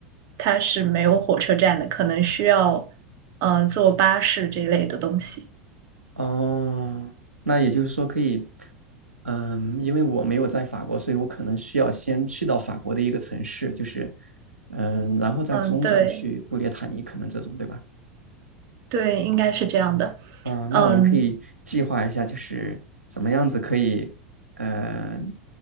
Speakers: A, on the right; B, on the right.
A: 它是没有火车站的，可能需要呃坐巴士这一类的东西。
B: 哦，那也就是说可以，嗯，因为我没有在法国，所以我可能需要先去到法国的一个城市，就是，嗯，然后再中转去布列塔尼，
A: 嗯，对
B: 可能这种，对吧？
A: 对，应该是这样的。
B: 啊、那我们可以计划一下，
A: 嗯
B: 就是怎么样子可以，嗯，